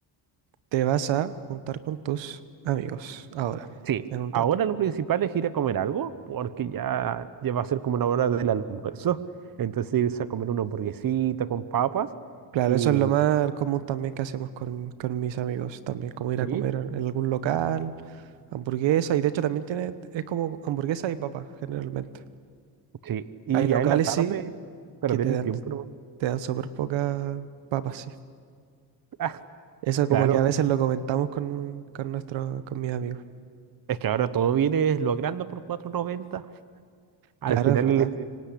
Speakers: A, on the right; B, on the right.
A: te vas a juntar con tus amigos ahora,
B: Sí,
A: en un
B: ahora
A: rato.
B: lo principal es ir a comer algo, porque ya, ya va a ser como una hora del almuerzo. Entonces irse a comer una hamburguesita con papas
A: Claro,
B: y
A: eso es lo más común también que hacemos con, con mis amigos también, como ir
B: sí,
A: a comer en, en algún local, hamburguesa, y de hecho también tiene, es como hamburguesa y papas generalmente.
B: sí, y
A: Hay locales
B: ya en la tarde
A: sí
B: perder
A: que te
B: el
A: dan,
B: tiempo nomás.
A: te dan súper pocas papas, sí.
B: Ah,
A: Eso como
B: claro,
A: que a veces lo comentamos con, con nuestro con mis amigos.
B: es que ahora todo viene, lo agranda por cuatro noventa. Al
A: Claro,
B: final
A: es verdad.
B: el, estu-